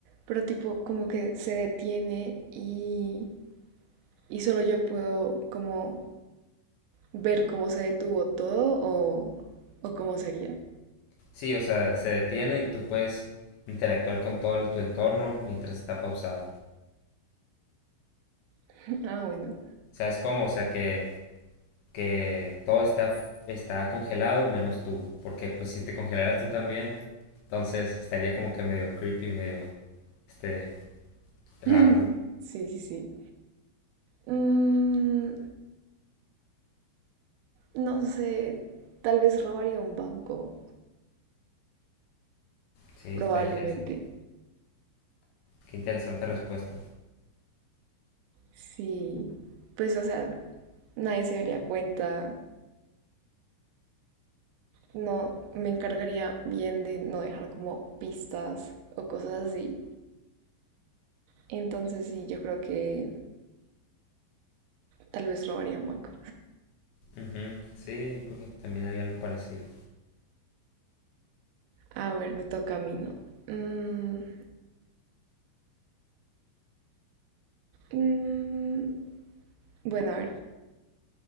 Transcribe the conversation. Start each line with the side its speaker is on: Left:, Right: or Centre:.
Right: pero tipo como que se detiene y, y solo yo puedo como ver cómo se detuvo todo o, o cómo sería.
Left: Sí, o sea, se detiene y tú puedes interactuar con todo el- tu entorno mientras está pausado.
Right: <laughs> Ah, bueno.
Left: ¿Sabes cómo? O sea, que, que todo está, está congelado menos tú. Porque pues si te congelaras tú también, entonces estaría como que medio creepy, medio este, raro,
Right: <laughs>
Left: ¿no?
Right: Sí, sí, sí. Mm, no sé, tal vez robaría un banco,
Left: Sí, está
Right: probablemente.
Left: interesante. Qué interesante respuesta.
Right: Sí, pues o sea, nadie se daría cuenta. No, me encargaría bien de no dejar como pistas o cosas así. Entonces sí, yo creo que tal vez robaría un banco.
Left: Ujú, Sí, yo creo que también haría algo parecido.
Right: A ver, me toca a mí, ¿no? Mm, mm, bueno, a ver,